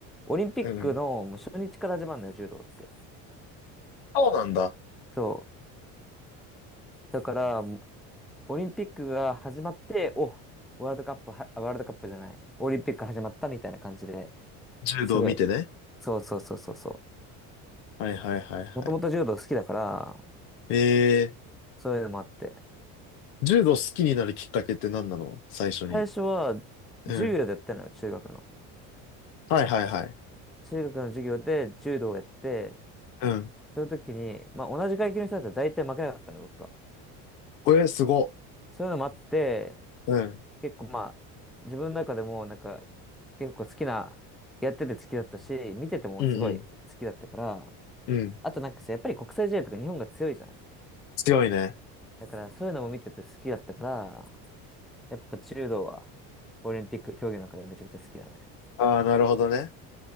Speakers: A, in the centre; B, on the left.
A: オリンピックのもう初日から始まるのよ、
B: うん。
A: 柔道って。
B: そうなんだ。
A: そう。だから、オリンピックが始まって、お、ワールドカップは、あワールドカップじゃない、オリンピック始まったみたいな感じで、
B: 柔道見てね。
A: すごい、そうそうそうそうそ
B: はいはいはいはい。
A: う。もともと柔道好きだから、
B: ええ
A: そういうのもあって。
B: 柔道好きになるきっかけって何なの最初に。
A: 最初は、
B: うん。
A: 柔道でやってたのよ、中学の。
B: はいはいはい。
A: 中学の授業で柔道をやって、
B: うん。
A: その時に、まあ同じ階級の人だったら大体負けなかったの、僕が。
B: おえー、すご。
A: そういうのもあって、
B: うん。
A: 結構まあ、自分の中でもなんか、結構好きな、やってて好きだったし、見ててもすごい好きだったから、
B: うんうん。うん。
A: あとなんかさ、やっぱり国際試合とか日本が強いじゃん。
B: 強いね。
A: だからそういうのも見てて好きだったから、やっぱ柔道はオリンピック競技の中でめちゃくちゃ好きだね。
B: ああ、なるほどね。